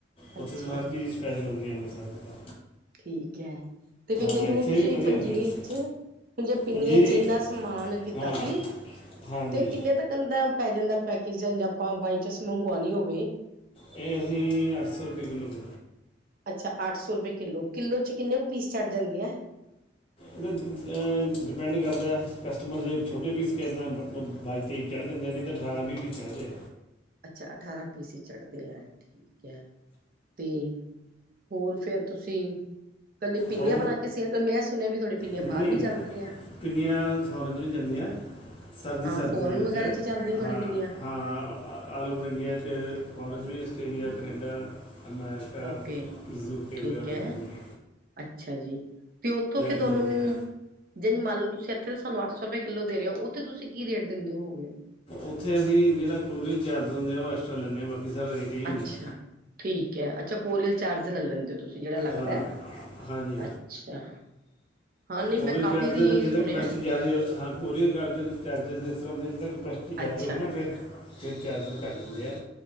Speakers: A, on the left (about 30°); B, on the right (about 50°).
A: ਉੱਥੇ
B: ਅੱਛਾ
A: ਤਾਂ ਹਰ ਚੀਜ਼ ਸਪੈਸ਼ਲ ਹੁੰਦੀ ਐ ਅੰਮਬਰਸਰ ਦੀ ਤਾਂ।
B: ਠੀਕ ਐ 'ਤੇ ਫੇਰ ਜਿਨ
A: ਹਾਂ ਇੱਥੇ
B: ਹੁਣ ਤੁਸੀਂ
A: ਵੀ ਵਧੀਆ
B: ਪੰਜੀਰੀ
A: ਹੁੰਦੀ ਹੈ ਲੱਸੀ
B: 'ਚ ਹੁਣ ਜੇ ਪਿੰਨੀਆਂ
A: ਪੰਜੀਰੀ
B: 'ਚ ਇੰਨਾ ਸਮਾਨ ਕੀਤਾ
A: ਹਾਂ
B: ਸੀ
A: ਹਾਂਜੀ
B: 'ਤੇ ਕਿੰਨੇ ਤੱਕ ਨ ਦਾ ਪੈ ਜਾਂਦਾ? ਪੈਕਜ ਜਾਂ ਆਪਾਂ ਬਾਈ ਚਸ ਮੰਗਵਾਣੀ ਹੋਵੇ।
A: ਏ ਅਸੀਂ ਅੱਠ ਸੋਂ ਰੁਪਏ ਕਿੱਲੋ ਵੇ।
B: ਅੱਛਾ ਅੱਠ ਸੌ ਰੁਪਏ ਕਿੱਲੋ, ਕਿੱਲੋ 'ਚ ਕਿੰਨੇ ਕੁ ਪੀਸ ਚੜ ਜਾਂਦੇ ਐ?
A: ਏਤਾਂ ਅ ਡਿਪੈਂਡ ਕਰਦਾ ਐ ਕਸਟਮਰ ਜੇ ਛੋਟੇ ਪੀਸ ਕੇ ਕੇਂਦਾ ਬ ਬਾਈ-ਤੇਈ ਚੜ ਜਾਂਦੇ ਨੀ ਤਾਂ ਠਾਰਾ-ਵੀਹ ਪੀ ਚੜਦੈ।
B: ਅੱਛਾ ਅਠਾਰਾਂ ਪੀਸ ਈ ਚੜਦੇ ਐ ਠੀਕ ਐ 'ਤੇ ਹੋਰ ਫੇਰ ਤੁਸੀਂ ਕੱਲੇ ਪਿੰਨੀਆਂ
A: ਹੋ
B: ਬਣਾ ਕੇ ਸੇਲ ਕਰਨੇ ਆ ਮੈਂ ਸੁਣਿਆ ਵੀ ਤੋਡੀ ਪਿੰਨੀਆਂ
A: ਨਹੀਂ
B: ਬਾਰ ਵੀ ਜਾਂਦੀ ਐ।
A: ਪਿੰਨੀਆਂ ਫੌਰਨ 'ਚ ਵੀ ਜਾਂਦੀ ਐ। ਸਰਦੀ-ਸਰਦੀ
B: ਹਾਂ ਫੋਰਨ
A: ਦੇ ਵਿੱਚ
B: ਵਗੈਰਾ ਚ ਜਾਂਦੀਆਂ ਤੁਹਾਡੇ
A: ਹਾਂ,
B: ਪਿੰਨੀਆਂ
A: ਹਾਂ ਆਲ ਓਵਰ ਇੰਡੀਆ ਚ, ਫੋਰਨਜ ਵੀ Australia, Canada, America,
B: okay
A: UK ਵਗੈਰਾ
B: ਠੀਕ ਹੈ
A: ਜਾਂਦੀਆ।
B: ਅੱਛਾ ਜੀ‌ 'ਤੇ ਉਥੋਂ ਫੇਰ
A: ਵੀ
B: ਥੋਨੂੰ
A: ਜਾਂਦੀਆਂ
B: ਜਾਣੀ ਮੰਨ ਲੋ ਤੁਸੀਂ ਐਥੇ ਸਾਨੂੰ ਅੱਠ ਸੌ ਰੁਪਏ ਕਿੱਲੋ ਦੇ ਰੇ ਓ ਉੱਥੇ ਤੁਸੀਂ ਕੀ ਰੇਟ ਦਿੰਦੇ ਹੋਵੋਗੇ?
A: ਉੱਥੇ ਅਸੀਂ ਜੇੜਾ ਕੋਰੀਅਰ ਚਾਰਜ ਹੁੰਦੇ, ਓ ਐਕਸਟਰਾ ਲੈਂਨੇ, ਬਾਕੀ ਸਾਰਾ ਹੀ ਹੁੰਦਾ
B: ਅੱਛਾ, ਠੀਕ ਐ ਅੱਛਾ ਕੋਰੀਅਲ ਚਾਰਜ ਲੈ ਲੈਂਦੇ ਓ ਤੁਸੀਂ ਜੇੜਾ ਲੱਗਦੈ,
A: ਹਾਂ ਹਾਂਜੀ
B: ਅੱਛਾ। ਹਾਂ ਨਈ ਮੈਂ
A: ਕੋਰੀਅਆ
B: ਕਾਫ਼ੀ
A: ਚਾਰਜਰ
B: ਦੀ
A: ਜੀਦਾ
B: ਸੁਣਿਆ
A: ਕਪੈਸਿਟੀ ਜਾਦੀ ਹਾਂ, ਕੋਰੀਅਰ ਕਾਰਜਰ, ਚਾਰਜਰ ਇਸ ਤਰਾ ਦੇਦਾ ਜਿਦਾ ਕਪੈ ਟੀ ਯਾਦੇ
B: ਅੱਛਾ
A: ਹੋਵੇ ਨਾ ਫੇਰ ਫੇਰ ਚਾਰਜਰ ਘੱਟ ਹੁੰਦੇ ਆ,